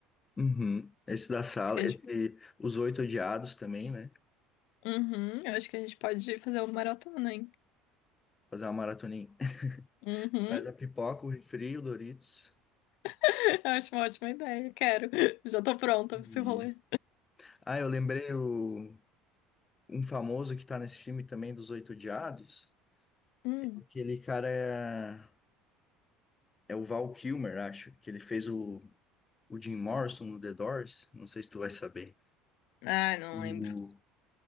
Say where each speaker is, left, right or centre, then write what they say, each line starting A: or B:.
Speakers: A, on the left; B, on the left.
A: Uhum. Esse da sala,
B: Acho que a
A: esse
B: gente,
A: Os Oito Odiados também, né?
B: uhum, eu acho que a gente pode fazer uma maratona, hein?
A: Fazer uma maratoninha.
B: Uhum.
A: <laughs> Traz a pipoca, o refri, o Doritos.
B: <laughs> Eu acho uma ótima ideia. Quero. Já tô pronta pra esse
A: E...
B: rolê.
A: Ah, eu lembrei o Um famoso que tá nesse filme também dos Oito Odiados,
B: Hum.
A: é aquele cara é, é o Val Kilmer, acho, que ele fez o, o Jim Morrison no The Doors, não sei se tu vai saber.
B: Ah, não
A: O-
B: lembro.